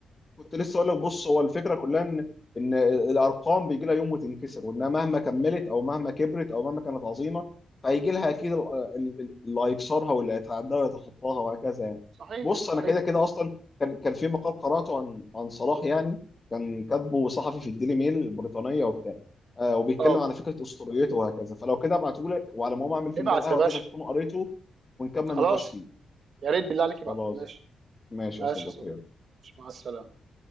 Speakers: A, on the left; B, on the right.
A: كنت لسه اقول لك بص هو الفكره كلها ان ان الارقام بيجي لها يوم وتنكسر وانها مهما كملت او مهما كبرت او مهما كانت عظيمه فهيجي لها اكيد ال- ال- ال- اللي هيكسرها واللي هيتعداها ويتخطاها وهكذا يعني
B: صحيح
A: بص
B: صحيح
A: انا كده كده اصلا كان كان في مقال قراته عن عن صلاح يعني كان كاتبه صحفي في الديلي ميل البريطانيه وبتاع آه وبيتكلم
B: اه
A: على فكره اسطوريته وهكذا فلو كده ابعته لك وعلى ما أقوم اعمل فنجان
B: ابعت
A: قهوه
B: يا باشا
A: كده تكون قريته ونكمل
B: خلاص
A: نقاش فيه
B: يا ريت بالله عليك بقى
A: خلاص
B: ماشي
A: ماشي
B: ماشي
A: يا صديقي
B: يا صديقي
A: يلا.
B: ماشي، مع السلامة